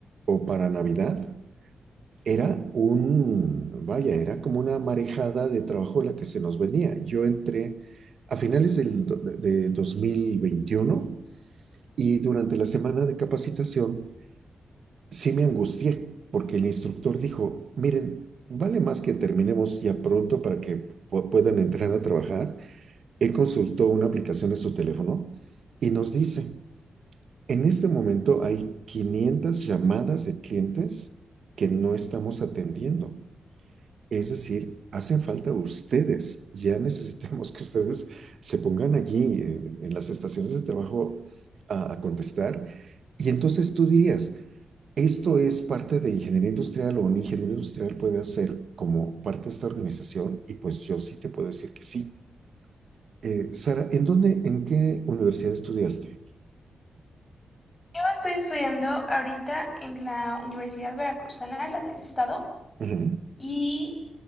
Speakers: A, on the right; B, on the left.
A: o para Navidad era un, vaya, era como una marejada de trabajo la que se nos venía. Yo entré a finales del, do- de 2021 y durante la semana de capacitación sí me angustié porque el instructor dijo, miren, vale más que terminemos ya pronto para que pu- puedan entrar a trabajar. Él consultó una aplicación en su teléfono y nos dice, en este momento hay 500 llamadas de clientes que no estamos atendiendo. Es decir, hacen falta ustedes. Ya necesitamos que ustedes se pongan allí eh, en las estaciones de trabajo a, a contestar. Y entonces tú dirías, esto es parte de ingeniería industrial o un ingeniero industrial puede hacer como parte de esta organización y pues yo sí te puedo decir que sí. Eh, Sara, ¿en dónde, en qué universidad estudiaste?
B: Yo estoy estudiando ahorita en la Universidad Veracruzana, la del Estado,
A: Ajá.
B: y